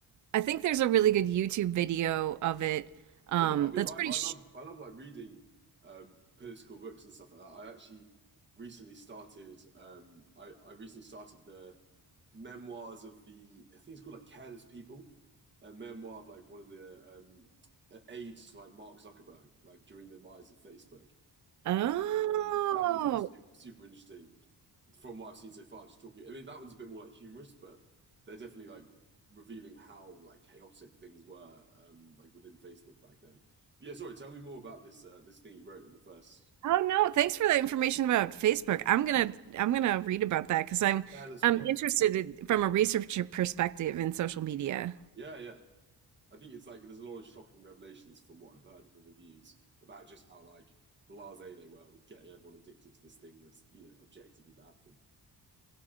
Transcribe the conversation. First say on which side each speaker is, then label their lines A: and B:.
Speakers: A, on the right; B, on the right.
A: I think there's a really good YouTube video of it um,
B: No, I mean
A: that's
B: I, I
A: pretty
B: love I love like reading um political books and stuff like that. I actually recently started um I, I recently started the memoirs of the I think it's called like Careless People, a memoir of like one of the um aides to like Mark Zuckerberg, like during the rise of Facebook.
A: Oh.
B: Um, that one's like super, super interesting from what I've seen so far. Just talking, I mean, that one's a bit more like humorous, but they're definitely like revealing how like chaotic things were um like within Facebook back then. But yeah, sorry, tell me more about this uh this thing you wrote in the first
A: Oh, no, thanks for that information about Facebook. I'm gonna I'm gonna read about that because i 'cause I'm
B: Careless People.
A: I'm interested in, from a researcher perspective in social media.
B: Yeah, yeah. I think it's like there's a lot of shocking revelations from what I've heard of the reviews about just how like blasé they were with getting everyone addicted to this thing that's you know objectively bad for